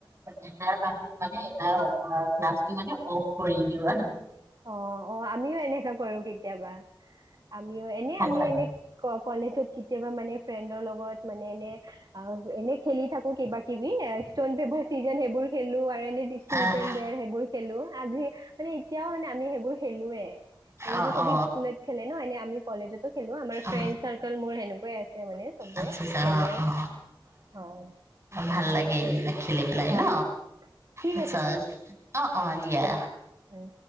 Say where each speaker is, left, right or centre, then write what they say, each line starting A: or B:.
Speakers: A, on the right; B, on the right.
A: এটাৰ মাজত মানে এটা ক্লাছটো মানে অফ কৰি দিও আৰু
B: অ অ আমিও এনেকা কৰো কেতিয়াবা আমিও এনে
A: ভাল
B: আমি
A: লাগে
B: এনে ক কলেজত কেতিয়াবা মানে ফ্ৰেণ্ড লগত মানে এনে অ এনে খেলি থাকো কিবা কিবি ষ্টন পেপাৰ চিজন সেইবোৰ খেলো আৰু এনে থ্ৰুট
A: আহ
B: এন দেৰ সেইবোৰ খেলো আজি মানে এতিয়াও মানে আমি সেইবোৰ খেলোয়ে এনেটো
A: অ
B: চবে
A: অ
B: স্কুলত খেলে ন এনে আমি কলেজতো খেলো আমাৰ ফ্ৰেণ্ড
A: অ
B: চাৰ্ মোৰ সেনেকুৱাই আছে মানে চবে
A: আচ্ছা আচ্ছা
B: খেলে
A: অ অ
B: হয়
A: ভাল
B: উ
A: লাগে এইবিলাক খেলি পেলাই
B: হয়
A: ন
B: ঠিক
A: আচ্ছা অ অ ম দিয়া
B: উ